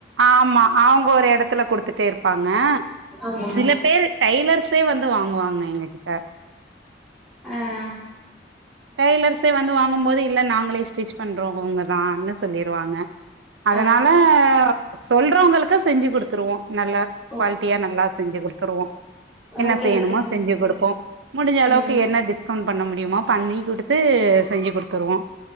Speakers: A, on the right; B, in the centre.
A: ஆமா அவங்க ஒரு எத் த்துல கொடுத்துட்டு தேருப்பாங்க
B: ஆமா
A: சில பேர் டைலர்ஸ் பே வந்து வாங்குவாங்க எங்க கிட்ட
B: அஹ்
A: டெய்லர்ஸே வந்து வாங்கும்போது இல்ல நாங்களே ஸ்டிச் பண்றோம் அவங்கதான்னு சொல்லிருவாங்க அதனால
B: ஆ
A: சொல்றவங்களுக்கு செஞ்சு கொடுத்துருவோம் நல்லா
B: ஓ
A: குவாலிட்டியா நல்லா செஞ்சு கொடுத்துருவோம் என்ன
B: ஓகே
A: செய்யணுமோ
B: ஓகே சிஸ்டர்
A: செஞ்சு கொடுப்போம் முடிஞ்ச அளவுக்கு
B: ம்
A: என்ன டிஸ் கவுண்ட் பண்ண முடியுமா பண்ணி குடுத்து செஞ்சு குடுத்துருவோம்